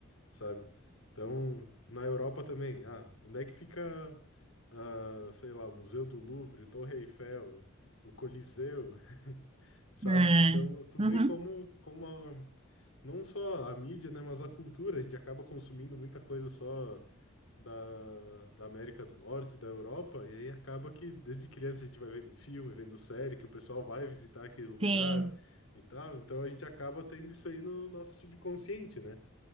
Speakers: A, on the left; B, on the right.
A: sabe? Então, na Europa também, ah, onde é que fica, ah, sei lá, Museu do Louvre, Torre Eiffel, o Coliseu, <laughs> sabe?
B: É.
A: Então, tu vê
B: Uhum.
A: como, como a- não só a mídia, né, mas a cultura, a gente acaba consumindo muita coisa só da, da América do Norte, da Europa, e aí acaba que desde criança a gente vai vendo filme, vendo série, que o pessoal vai visitar aquele lugar
B: Sim,
A: e tal, então a gente acaba tendo isso aí no nosso subconsciente, né?